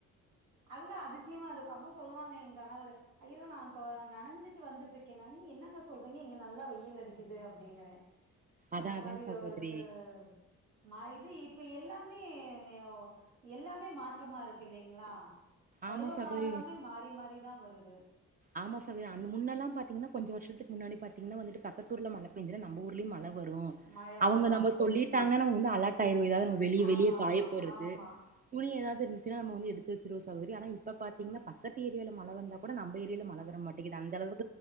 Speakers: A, on the right; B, on the right.
A: அதுதா அதிசயமா இருக்கு அப்போ சொல்லுவாங்க எங் கணவரு ஐயோ நா தொ நனஞ்சிட்டு வந்துட்ருக்கே நா ஐய என்னங்க சொல்றீங்க இங்க நல்லா வெயில் அடிக்குது அப்டின்னுவே அந்த
B: அதா
A: மாரியோ
B: அதா சகோதரி
A: சோஸ் நா இது இப்ப எல் எல்லாமே மயோ எல்லாமே மாட் ற்றமா இருக்கு இல்லைங்ளா பருவ
B: ஆமா சகோதரி
A: கால எல்லாமே மாறி மாறிதா வருது
B: ஆமா சகோத்ரி அந் முன்னெல்லா பாத்தீங்னா கொஞ்ச வர்ஷத்துக்கு முன்னாடி பாத்தீங்னா வந்துட்டு பக்கத்தூர்ல மழபெஞ்சதுனா நம்ம ஊர்லயு மழ வரு
A: மழ
B: அவுங்க
A: வரும்
B: நம்ம
A: ஆமா
B: சொல்லிட்டாங்கனா நம்ம இன்ன அலாட் டாயிருவ எதாவ்து நாம வெளிய
A: ஆமா
B: வெளிய காயப்
A: ஆமா
B: போட்றது
A: ஆமா
B: துணி எதாவ்து இருந்துச்சுனா நம்ம வந்து எடுத்து வச் இரோசவ்ரி ஆனா இப்ப பாத்தீங்னா பக்கத்து ஏரியால மழ வந்தா கூட நம்ப ஏர் ரியால மழ வர மாட்டிங்குது அந்த அளவுக்